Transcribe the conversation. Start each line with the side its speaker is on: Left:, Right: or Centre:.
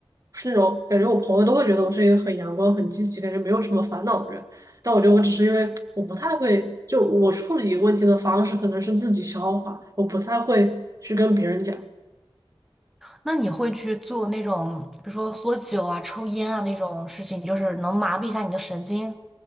Right: 是那种感觉，我朋友都会觉得我是一个很阳光、很积极，感觉没有什么烦恼的人。但我觉得我只是因为我不太会，就我处理问题的方式可能是自己消化，我不太会去跟别人讲。
Centre: 那你会去做那种，比如说缩酒啊、抽烟啊那种事情，就是能麻痹一下你的神经？